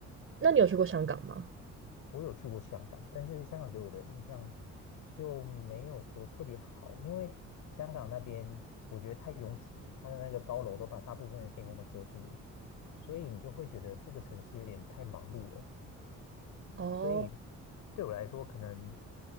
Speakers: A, on the right (about 45°); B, on the left (about 85°).
A: 那你有去过香港吗？
B: 我有去过香港，但是香港给我的印象就没有说特别好，因为香港那边我觉得太拥挤了，它的那个高楼都把大部分的天空都遮住了，所以你就会觉得这个城市有点太忙碌了。
A: 哦，
B: 所以对我来说，可能